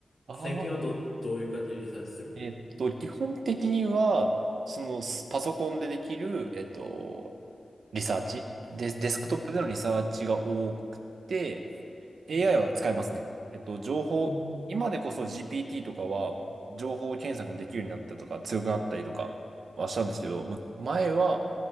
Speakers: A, on the right; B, on the left.
A: ああ、
B: 最近はど、どういう感じでリサーチするの
A: えっと、基本的には、その、スパソコンでできる、えっと、リサーチ、デス、デスクトップでのリサーチが多くて、
B: うん、
A: AI
B: うん、
A: は使えますね。えっと、情報、
B: うん。うん
A: 今でこそ GPT とかは情報検索もできるようになったとか強くなったりとかはしたんですけど、む前は